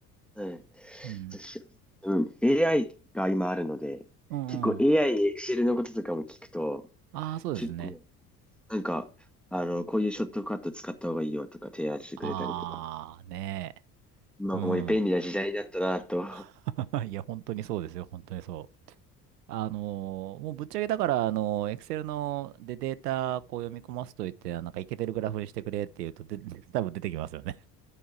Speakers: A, in the centre; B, on the right.
A: はい。
B: うん。
A: 確うん。AI が今あるので、
B: うんうん。
A: 結構 AI に Excel のこととかも聞くと、
B: ああ、そうですね。
A: 結構、なんか、あの、こういうショットカット使った方がいいよとか提案してくれたりとか。
B: ああ、ねえ。
A: まあ、
B: うん。
A: もう便利な時代になったなと。
B: <laughs> いや、本当にそうですよ。本当にそう。あのーもうぶっちゃけだから、あのー、Excel のでデータこう読み込ますといって、あなんかいけてるグラフにしてくれって言うと、で、<laughs> 多分出てきますよね。